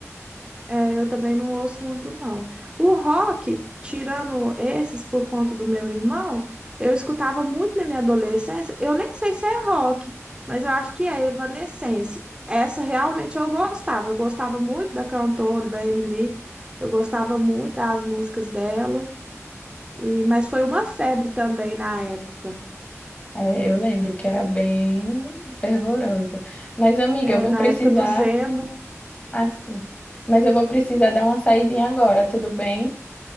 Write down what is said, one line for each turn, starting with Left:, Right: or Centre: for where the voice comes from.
Right: É, eu também não ouço muito, não. O rock, tirando esses por conta do meu irmão, eu escutava muito na minha adolescência. Eu nem sei se é rock, mas eu acho que é Evanescence. Essa realmente eu gostava. Eu gostava muito da cantora, da Emily. Eu gostava muito das músicas dela. E, mas foi uma febre também na época.
Left: É, eu lembro que era bem fervorosa. Mas, amiga,
Right: É,
Left: eu vou
Right: na
Left: precisar
Right: época do Zemo.
Left: Assim. Mas eu vou precisar dar uma saidinha agora, tudo bem?